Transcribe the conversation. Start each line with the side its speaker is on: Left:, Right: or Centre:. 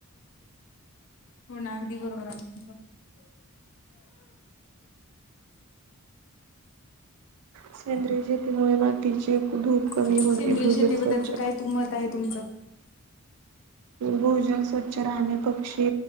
Left: हो ना अगदी बरोबर आहे तुमच
Right: सेंद्रिय शेतीमुळे मातीचे धूप कमी
Left: बाकी
Right: होते,
Left: सेंद्रिय
Right: भोजन
Left: शेतीबद्दल
Right: स्वच्छ
Left: तर काय मत आहे तुमचं
Right: भोजन स्वच्छ राहणे पक्षी,